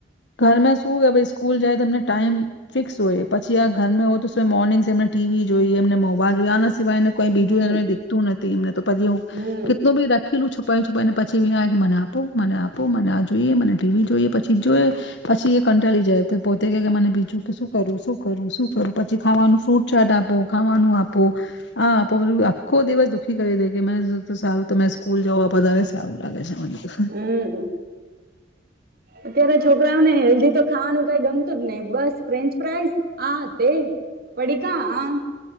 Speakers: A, on the left; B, on the right.
A: ઘરમાં શું કે ભાઈ સ્કૂલ જાય તેમણે ટાઈમ ફિક્સ હોય, પછી આ ઘર મેં હોય મોર્નિંગ એમને ટીવી જોઈએ, એમને મોબાઈલ જોઈએ, આના સિવાયને કોઈ બીજું
B: હમ
A: એ દીખતું નથી એમને તો પછી હું
B: હમ
A: કેટલું બી રાખીલ છું પ છુંને પછી વ કે મને આપું મને આપું મને આ જોઈએ મને ટીવી જોઈએ પછી જોઈએ પછી એ કંટાળી જાય તો પોતે કે મને બીજું કે શું કરું, શું કરું, શું કરું પછી ખાવાનું ફ્રૂટ છાટ આપો, ખાવાનું આપો આ આખો દિવસ દુઃખી કરી દે કે મને સારું તમે સ્કૂલ જાવઓ વધારે. સારું લાગે છે મને તો.
B: હમ અત્યારે છોકરાઓને હેલ્ધી તો ખાવાનું કઈ ગમતું જ ને બસ ફ્રેન્ચ ફ્રાઈસ આ તે. પડીકા આ